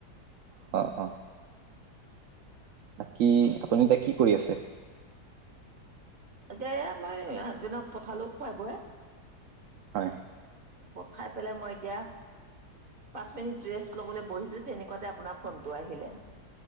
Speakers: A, on the right; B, on the right.
A: অ', অ'। বাকী আপুনি এতিয়া কি কৰি আছে?
B: এতিয়া এয়া মই হাজবেণ্ডক পঠালোঁ খুৱাই বুৱাই।
A: হয়।
B: পঠাই পেলাই মই এতিয়া পাঁচ মিনিট ৰেষ্ট ল'বলৈ বহিছোঁ তেনেকুৱাতে আপোনাৰ ফোনটো আহিলে।